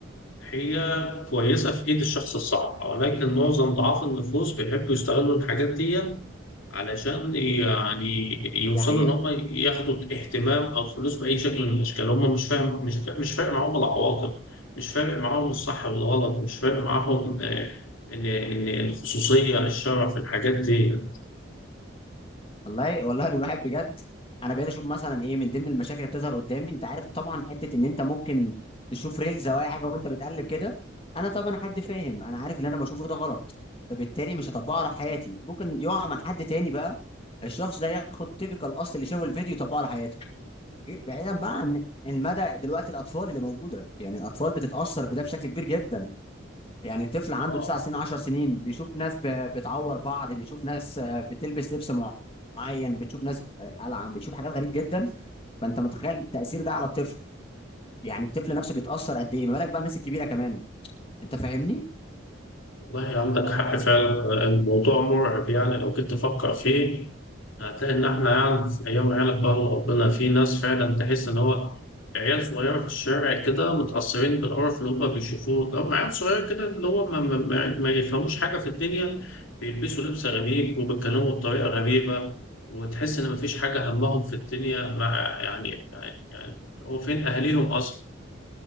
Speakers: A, on the left (about 90°); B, on the left (about 30°).
A: هي كويسه في ايد الشخص الصح ولكن معظم ضعاف النفوس بيحبوا يستغلوا الحاجات دي علشان يعني يوصلوا
B: ده حقيقة
A: ان هم ياخدوا اهتمام او فلوس باي شكل من الاشكال هم مش فاهم مش فا- مش فارق معاهم العواقب مش فارق معاهم الصح والغلط مش فارق معاهم آه، ان ان الخصوصيه الشرع في الحاجات دي
B: والله والله الواحد بجد انا بقيت اشوف مثلا ايه من ضمن المشاكل اللي بتظهر قدامي انت عارف طبعا حته ان انت ممكن تشوف ريلز او اي حاجه وانت بتقلب كده انا طبعا حد فاهم انا عارف اللي انا بشوفه ده غلط فبالتالي مش هطبقه على حياتي ممكن يقع مع حد تاني بقى الشخص ده ياخد تيبيكال الاصل اللي شافه الفيديو يطبقه على حياته بعيدا بقى عن المدى دلوقتي الاطفال اللي موجوده يعني الاطفال بتتاثر بده بشكل كبير جدا يعني طفل عنده
A: اه
B: تسع سنين عشر سنين بيشوف ناس ب- بتعور بعض بيشوف ناس آه، بتلبس لبس معين بتشوف ناس آه، قلعان بتشوف حاجات غريب جدا فانت متخيل التأثير ده على الطفل يعني الطفل نفسه بيتأثر قد ايه ما بالك بقى الناس الكبيرة كمان انت فاهمني
A: والله عندك حق فعلا الموضوع مرعب يعني لو كنت تفكر فيه هتلاقي إن إحنا يعني في أيام عيالك بقى الله ربنا في ناس فعلا تحس إن هو عيال صغيرة في الشارع كده متأثرين بالقرف اللي هما بيشوفوه ده هم عيال صغيرة كده اللي هو ما, ما, ما ما يفهموش حاجة في الدنيا بيلبسوا لبس غريب وبيتكلموا بطريقة غريبة وتحس إن مفيش حاجة همهم في الدنيا مع يعني يعني, يعني هو فين أهاليهم أصلا